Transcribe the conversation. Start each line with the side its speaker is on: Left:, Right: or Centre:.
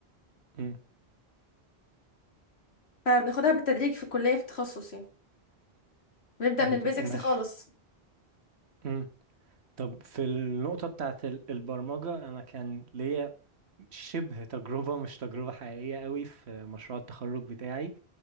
Right: امم
Left: فبناخدها بالتدريج في الكلية في التخصص يعني بنبدأ
Right: بتبقوا
Left: من البيزكس
Right: ماشي
Left: خالص
Right: امم طب في النقطه بتاعت ال- البرمجه انا كان ليا شبه تجربة مش تجربة حقيقية قوي في مشروع التخرج بتاعي